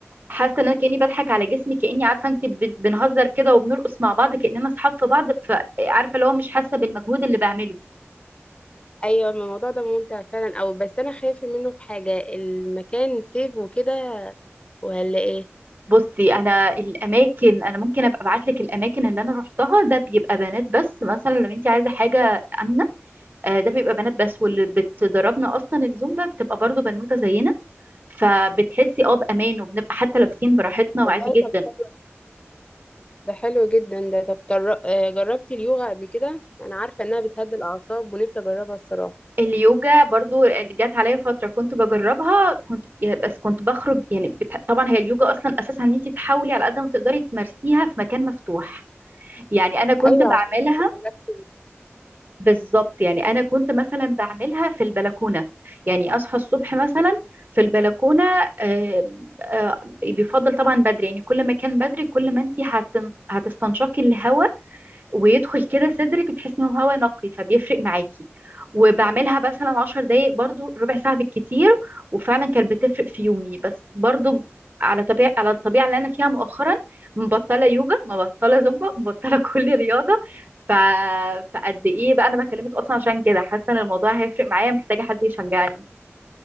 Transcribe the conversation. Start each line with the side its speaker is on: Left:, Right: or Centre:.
Right: حاسه ان انا كاني بضحك على جسمي كاني عارفه انت بن- بنهزر كده وبنرقص مع بعض كاننا اصحاب في بعض فعارفه اللي هو مش حاسه بالمجهود اللي بعمله
Left: ايوه الموضوع ده ممتع فعلا او بس انا خايفه منه في حاجه المكان سيف وكده ولا ايه
Right: بصي انا الاماكن انا ممكن ابقى ابعت لك الاماكن اللي انا روحتها ده بيبقى بنات بس مثلا لو انت عايزه حاجه امنه آه، ده بيبقى بنات بس واللي بتدربنا اصلا الزومبا بتبقى برضو بنوته زينا فبتحسي اه بامان وبنبقى حتى لابسين براحتنا
Left: والله
Right: وعادي جدا
Left: طب حلو ده حلو جدا ده طب جر- آه، جربتي اليوغا قبل كده انا عارفه انها بتهدي الاعصاب ونفسي اجربها الصراحه
Right: اليوجا برضو جت عليا فتره كنت بجربها كنت بس كنت بخرج يعني بت... طبعا هي اليوجا اصلا اساسا ان انت تحاولي على قد ما تقدري تمارسيها في مكان مفتوح يعني انا كنت
Left: ايوه
Right: بعملها
Left: عشان تعملي relaxing.
Right: بالظبط يعني انا كنت مثلا بعملها في البلكونه يعني اصحى الصبح مثلا في البلكونه آه، آه، بيفضل طبعا بدري يعني كل ما كان بدري كل ما انت هتستنشقي الهواء ويدخل كده صدرك بتحسي انه هوا نقي فبيفرق معاكي وبعملها مثلا عشر دقايق برضو ربع ساعة بالكتير وفعلا كانت بتفرق في يومي بس برضو على طبيعة على الطبيعة اللي أنا فيها مؤخرا مبطلة يوجا مبطلة زومبا مبطلة <laughs> كل رياضة ف... فقد ايه بقى انا بكلمك اصلا عشان كده حاسه ان الموضوع هيفرق معايا محتاجه حد يشجعني